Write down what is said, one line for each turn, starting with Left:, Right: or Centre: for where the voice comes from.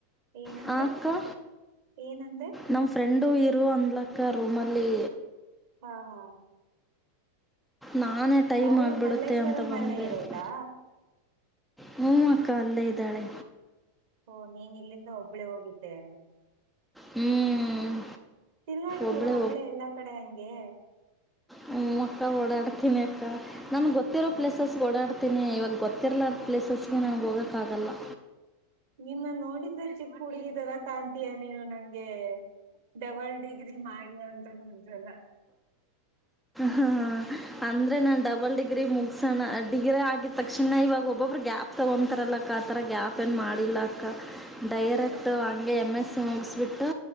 Right: ಏನಂದೆ
Centre: ಹಾ ಅಕ್ಕ
Right: ಏನಂದೆ
Centre: ನಮ್ ಫ್ರೆಂಡು ಇರು ರೂಮದಾಗ ಅಕ್ಕಾ ರೂಮಲ್ಲಿ
Right: ಹಾ ಹಾ
Centre: ನಾನೇ ಟೈಮ್
Right: ಅವಳು
Centre: ಆಗ್ಬಿಡುತ್ತೆ
Right: ಮಲ್ಲೇಶ್ವರಂ
Centre: ಅಂತ ಬಂದೆೆ
Right: ಅಲ್ಲೇ ಇರೋದಾ?
Centre: ಅಪ್ಪ. ಹು ಅಕ್ಕಾ ಅಲ್ಲೇ ಇದ್ದಾಳೆ.
Right: ಓ ನೀನ್ ಇಲ್ಲಿಂದ ಒಬ್ಳೆ ಹೋಗಿದ್ದೆ.
Centre: ಹ್ಮ್
Right: ತಿರ್ಗಾಡ್ತಿಯ
Centre: ಒಬ್ಳೇ
Right: ಒಬ್ಳೆ ಎಲ್ಲಾ ಕಡೆ ಹಂಗೆ.
Centre: ಹೂ ಅಕ್ಕ ಓಡಾಡ್ತೀನಿ ಅಕ್ಕ. ನಮಗೊತ್ತಿರೋ
Right: ಹ್ಮ್
Centre: ಪ್ಲೇಸಸ್ ಓಡ್ಯಾಡ್ ನಿ ಇವಾಗ ಗೊತಿರ್ಲಾರ್ದ ಪ್ಲೇಸಸ್ಗೆ ನನಗೆ ಹೋಗಕ್ಕ ಆಗಲ್ಲಾ.
Right: ನಿನ್ನ ನೋಡಿದ್ರೆ ಚಿಕ್ ಹುಡುಗಿ ತರ ಕಾಣ್ತಿಯ ನೀನು ನಂಗೆ. ಡಬಲ್ ಡಿಗ್ರಿ ಮಾಡಿದರಂತಾನೂ ಅನ್ಸಲ್ಲಾ.
Centre: ಹಾ ಅಂದ್ರೆ ನನ್. ಡಬಲ್ ಡಿಗ್ರಿ ಮುಗ್ಸಣ. ಡಿಗ್ರಿ ಆಗಿದ್ ತಕ್ಷಣ ಇವಾಗ ಒಬ್ಬೊಬ್ಬರು ಗ್ಯಾಪ್ ತೊಗೊತಾರಲ್ಲಕ್ಕ ಆ ಥರ ಗ್ಯಾಪ್ ಏನು ಮಾಡಿಲ್ಲಕ್ಕ. ಡೈರಕ್ಟ್
Right: ಹೌದಾ
Centre: ಅಂಗೆ ಎಮ್ ಎಸ್. ಮುಗ್ಸುಬಿಟ್ಟು